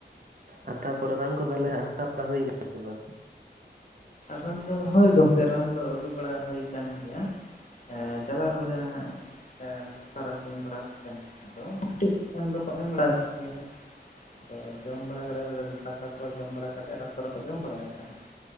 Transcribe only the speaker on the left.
ᱨᱟᱱ ᱫᱚ ᱦᱳᱭ ᱜᱚᱝᱠᱮ ᱨᱟᱱ ᱫᱚ ᱟᱹᱜᱩ ᱵᱟᱲᱟ ᱦᱩᱭ ᱟᱠᱟᱱ ᱜᱮᱭᱟ ᱾ ᱮ ᱪᱟᱞᱟᱣ ᱦᱩᱭ ᱞᱮᱱᱟ ᱦᱟᱜ ᱛᱟᱨᱟᱥᱤᱧ ᱵᱮᱲᱟ ᱥᱮ ᱫᱚ᱾ ᱠᱟᱹᱴᱤᱡ ᱮᱢ ᱫᱚᱠᱚ ᱮᱢ ᱵᱟᱲᱟ ᱟᱠᱟᱫ ᱜᱮᱭᱟ ᱦᱟᱸᱜ ᱛᱚ ᱡᱚᱢ ᱵᱟᱲᱟ ᱠᱟᱛᱮᱫ ᱫᱟᱠᱟ ᱠᱚ ᱡᱚᱢ ᱵᱟᱲᱟ ᱠᱟᱛᱮᱫ ᱨᱚᱲ ᱠᱚᱫᱚ ᱠᱚ ᱡᱚᱢ ᱵᱟᱲᱟᱭ ᱠᱟᱫᱟ ᱦᱟᱜ ᱾